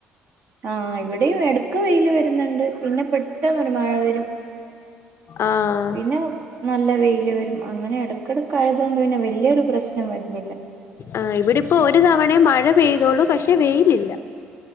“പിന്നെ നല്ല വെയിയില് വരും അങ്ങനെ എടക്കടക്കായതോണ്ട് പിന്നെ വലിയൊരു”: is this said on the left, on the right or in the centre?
Right